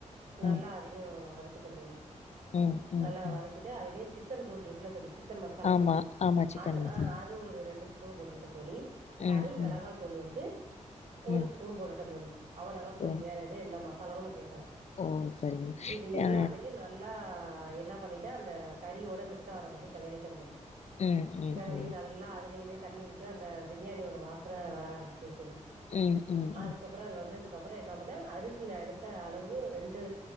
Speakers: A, on the right (about 75°); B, on the left (about 60°).
A: நல்லா
B: ம்
A: அதையு வதக் கிட்டேந்தோழி
B: ம் ம்
A: நல்லா
B: ம்
A: வதக்கிட்டு அதுலயே சிக்கன் தூள் இருக்ல தோழி சிக்கன் மசாலா
B: ஆமா
A: தூள்
B: ஆமா சிக்கன்
A: அது
B: மசாலா
A: அஹ் அது ஒரு ரெண்டு பூ போட்டுக்கிட்டே தோழி தனி
B: ம்
A: மெளகா
B: ம்
A: தூள் வந்து ஒரு
B: ம்
A: ஸ்பூன் போட்டுட்ட தோழி அவ்வளோதா தோழி
B: ஓ
A: வேற எது எந்த மசாலாவு நா சேக்கல
B: ஓ சரிங்க
A: இது எல்லாத்தையும்
B: ஆ
A: நல்லா என்ன பண்ணிட்டா அந்த கூட மிக்ஸ் ஆற மாரி கெளறிட்டே தோழி
B: ம் ம்
A: கெளறி
B: ம் ம்
A: நல்லா அது லமே தண்ணி வுட்டு அந்த பிரியாணியோட வாசனை வர ஆரமி க்குது தோழி
B: ம் ம்
A: அதுக்கப்புறோ அது வந்தது கப்புறோ என்ன பண்ணே அரிசி நா எடுத்த அளவு ரெண்டு